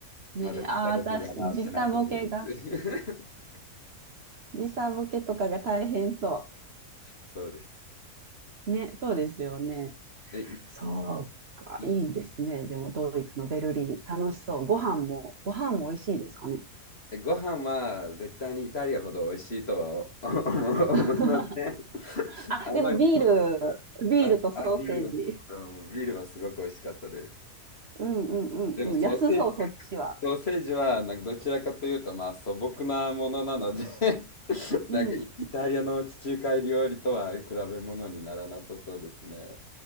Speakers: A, on the right; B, on the left.
A: ね、
B: まだ実力が治ってないところです。
A: ああ、私、時差ボケが、
B: <laughs>
A: 時差ボケとかが大変そ
B: そうです。
A: う。ね、そうですよね。
B: え、い
A: そうか、
B: い
A: いいですね。でもドイツのベルリー、楽しそう。ご飯も、ご飯も美味しいですかね。
B: えご飯は絶対にイタリアほど美味しいとはお <laughs>
A: <laughs>
B: 思いません。<laughs>
A: あ、
B: あまり、
A: でもビール、ビールとソーセージ。
B: あ、あ、ビールはすごく、うんビールはすごく美味しかったです。
A: うんうんうんうん、
B: でもソーセージ、
A: 安そう、そっちは。
B: ソーセージはなんかどちらかというとまあ素朴なものなので <laughs>
A: うん。
B: なんかイ、イタリアの地中海料理とは比べ物にならなさそうですね。